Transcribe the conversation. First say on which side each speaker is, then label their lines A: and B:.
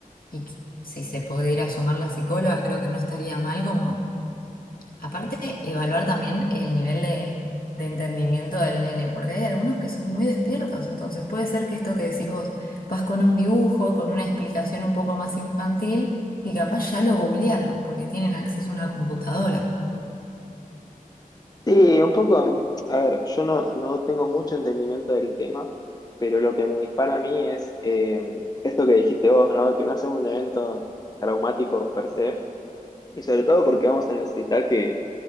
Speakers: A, on the left (about 80°); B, on the left (about 25°).
A: y si se pudiera sumar la psicóloga, creo que no estaría mal como Aparte, evaluar también el nivel de, de entendimiento del nene, porque hay algunos que son muy despiertos, entonces puede ser que esto que decís vos, vas con un dibujo, con una explicación un poco más infantil, y capaz ya lo googlearon, porque tienen acceso a una computadora.
B: Sí, un poco, a ver, yo no, no tengo mucho entendimiento del tema, pero lo que me dispara a mí es eh, esto que dijiste vos, ¿no? Que no sea un evento traumático per se, y sobre todo porque vamos a necesitar que,